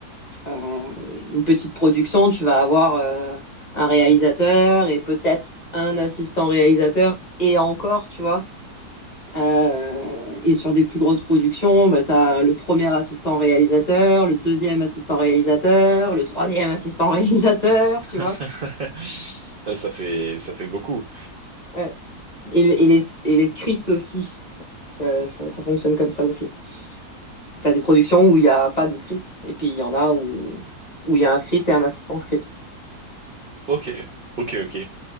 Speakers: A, on the left; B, on the right.
A: euh, une petite production, tu vas avoir euh, un réalisateur et peut-être un assistant réalisateur et encore, tu vois. Euh, et sur des plus grosses productions, bah, tu as le premier assistant réalisateur, le deuxième assistant réalisateur, le troisième assistant <laughs> réalisateur,
B: <laughs>
A: tu vois.
B: Ça fait,
A: Et,
B: ça fait beaucoup.
A: ouais. et, et les, et les scripts aussi. Ça, ça- ça fonctionne comme ça aussi. Tu as des productions où il n'y a pas de script, et puis il y en a où où il où y a un script et un assistant script.
B: Ok, ok, ok.